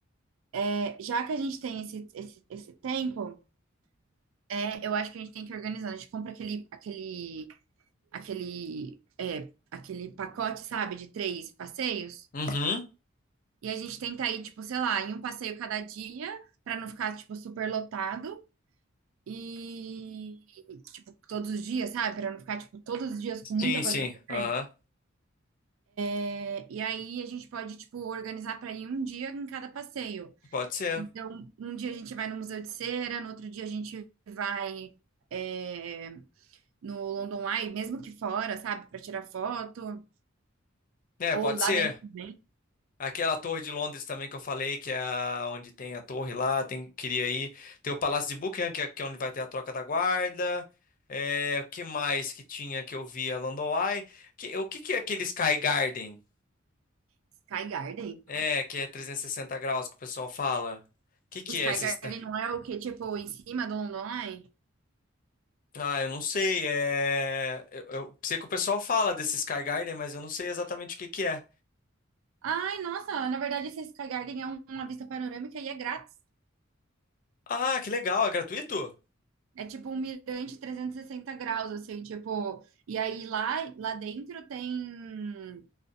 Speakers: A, on the right; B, on the left.
A: É, já que a gente tem esse, esse, esse tempo, é, eu acho que a gente tem que organizar. A gente compra aquele, aquele, aquele, é, aquele pacote, sabe, de três passeios.
B: Uhum.
A: E a gente tenta ir, tipo, sei lá, em um passeio cada dia, pra não ficar, tipo, super lotado. E, tipo, todos os dias, sabe? Pra não ficar, tipo, todos os dias com muita
B: Sim,
A: coisa
B: sim.
A: pra fazer.
B: Aham.
A: É, E aí a gente pode, tipo, organizar para ir um dia em cada passeio.
B: Pode ser.
A: Então, um dia a gente vai no Museu de Cera, no outro dia a gente vai é, no London Eye, mesmo que fora, sabe, para tirar foto,
B: É,
A: ou
B: pode
A: lá
B: ser.
A: dentro também,
B: Aquela torre de Londres também que eu falei, que é a- onde tem a torre lá, tem, queria ir. Tem o Palácio de Buckingham, que é, que é onde vai ter a troca da guarda. É, o que mais que tinha que eu vi? A London Eye. Que, o que que é aquele Sky Garden?
A: Sky Garden.
B: É, que é 360 graus que o pessoal fala. O que que
A: O Sky
B: é esse...
A: Garden
B: esta-
A: não é o que, tipo, em cima do London Eye?
B: Ah, eu não sei. É... Eu, eu sei que o pessoal fala desse Sky Garden, mas eu não sei exatamente o que que é.
A: Ai, nossa, na verdade esse Sky Garden é um- uma vista panorâmica e é grátis.
B: Ah, que legal. É gratuito?
A: É tipo um mirante 360 graus, assim, tipo, e aí lá, lá dentro tem